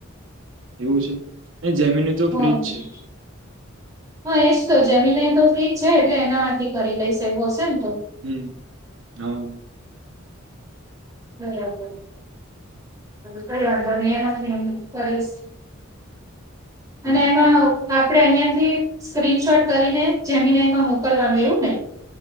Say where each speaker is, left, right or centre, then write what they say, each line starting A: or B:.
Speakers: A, on the right (about 65°); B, on the right (about 15°).
A: એવું છે જે મી ની તો
B: <unintelligible>
A: ફ્રી જ છે
B: હા એજ તો જે મી નાઈ તો ફ્રી જ છે એટલે એનામાંથી કરી દઈશે એવુ હશે ન તો
A: હમ્મ હા
B: બરાબર કરી વાંધો નય <unintelligible>
A: હા
B: અને એમાં આપડે અહિયાં થી સ્ક્રીનશોટ કરીને જે મી નાઈ માં મોકલવાનું એવું ને